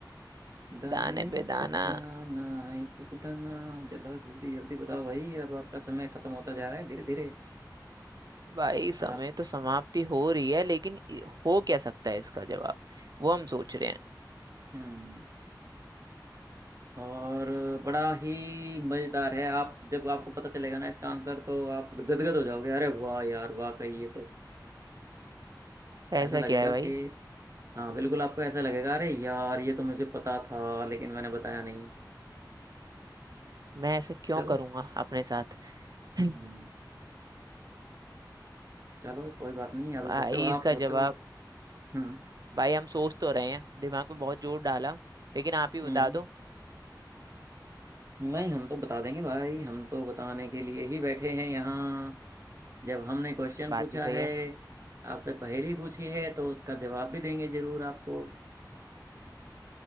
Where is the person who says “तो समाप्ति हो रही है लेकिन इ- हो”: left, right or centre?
Right